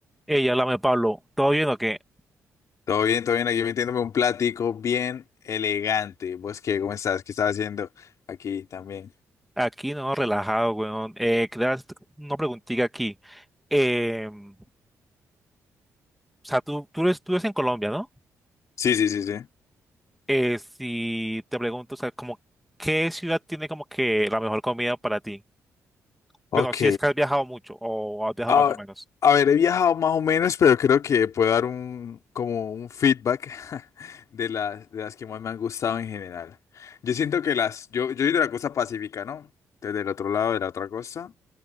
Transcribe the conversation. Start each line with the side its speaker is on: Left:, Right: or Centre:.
Centre: Ey, háblame, Pablo. ¿Todo bien o qué?
Left: Todo bien, todo bien. Aquí metiéndome un platico bien elegante. ¿Vos qué? ¿Cómo estás? ¿Qué estás haciendo aquí también?
Centre: Aquí no, relajado, weón. Eh, quería hacer una preguntita aquí. Eh, o sea, tú, tú eres, tú eres en Colombia, ¿no?
Left: Sí, sí, sí, sí.
Centre: Eh, si te pregunto, o sea, como, ¿qué ciudad tiene como que la mejor comida para ti? Bueno,
Left: Ok.
Centre: si es que has viajado mucho o has viajado
Left: A,
Centre: más o menos.
Left: a ver, he viajado más o menos, pero creo que puedo dar un, como un feedback <laughs> de las, de las que más me han gustado en general. Yo siento que las, yo, yo soy de la costa pacífica, ¿no? Desde el otro lado de la otra costa.